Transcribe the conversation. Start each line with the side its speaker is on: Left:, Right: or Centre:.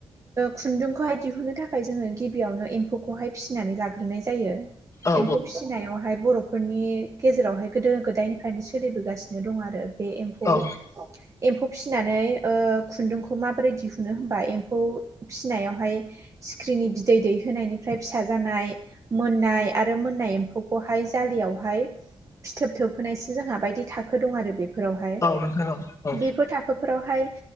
Right: खुन्दुंखौहाय दिहुननो थाखाय जोंङो गिबियावनो एम्फौखौहाय फिसिनानै लाग्रोनाय जायो।
Left: औ नोंथां औ
Right: एम्फौ फिसिनायावहाय बर'फोरनि गेजेरावहाय गोदो गोदायनिफ्रायनो सोलिबोगासिनो दं आरो बे एम्फौ
Left: औ नोंथां औ
Right: एम्फौ फिसिनानै खुन्दुंखौ माबोरै दिहुनो होमबा एम्फौ फिसिनायावहाय सिख्रिनि बिदै दैहोनायनिफ्राय फिसा जानाय मोननाय आरो मोननाय एम्फौखौहाय जाालियावहाय फिथोब थोबहोनायसिम जोंहा बायदि थाखो दं आरो बे फोरावहाय
Left: औ नोंथां औ
Right: बेफोर थाखोफोरावहाय